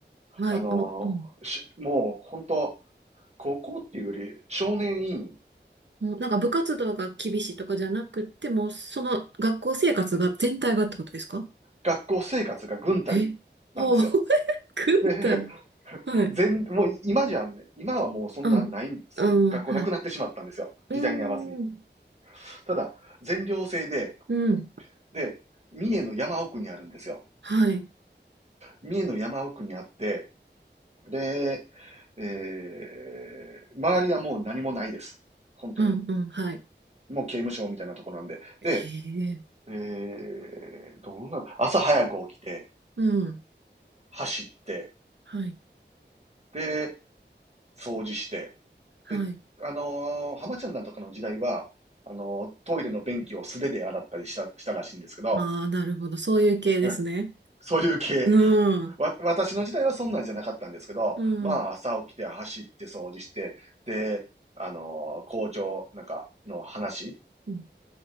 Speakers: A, on the right; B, on the right.
A: はい。
B: あの、
A: あ、もう、うん。
B: もう本当、高校っていうより少年院、
A: もうなんか部活動が厳しいとかじゃなくて、もうその学校生活が全体がってことですか
B: 学校生活が軍隊なんですよ。
A: えはあ、<laughs> 軍隊。
B: で、<laughs>
A: はい。
B: 全、もう今じゃね、今はもうそんなないそん、
A: うん。うん、
B: 学校なくなってしまったんですよ。
A: はい。う
B: 時代に合わずに。
A: ーん。
B: ただ、全寮制で、
A: うん。
B: で、三重の山奥にあるんですよ。
A: はい。
B: 三重の山奥にあって、で、えー、周りはもう何もないです。本当に。
A: うん、うん、はい。
B: もう刑務所みたいなとこなんで。
A: へ
B: で、
A: え。
B: えー、どうな、朝早く起きて、
A: うん。
B: 走って、
A: はい。
B: で、掃除して、
A: はい。
B: で、あのー浜ちゃんなんとかの時代は、あのートイレの便器を素手で洗ったりした、したらしいんですけど、
A: ああ、なるほど。そういう系ですね。
B: うん、そういう系。
A: うん。
B: わ、私の時代はそんなんじゃなかったんですけど、
A: うん。
B: まあ、朝起きて走って掃除して、で、あのー校長なんかの話、
A: うん。